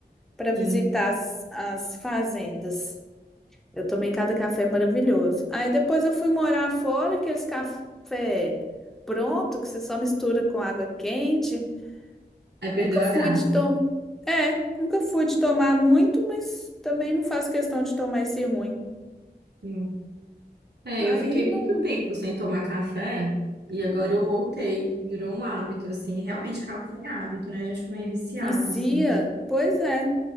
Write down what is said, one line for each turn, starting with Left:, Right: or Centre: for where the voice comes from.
Centre: Para
Right: Sim.
Centre: visitar as, as fazendas. Eu tomei cada café maravilhoso. Aí depois eu fui morar fora, aqueles café pronto, que você só mistura com água quente.
Right: Aí perdeu
Centre: Nunca
Right: a
Centre: fui
Right: graça.
Centre: de tomar. É, nunca fui de tomar muito, mas também não faço questão de tomar esse ruim.
Right: Sim. É,
Centre: Aí
Right: eu fiquei muito
Centre: não
Right: tempo sem tomar café e agora eu voltei. Virou um hábito, assim. Realmente, café é hábito, né? A gente fica meio viciado,
Centre: vicia.
Right: assim.
Centre: Pois é,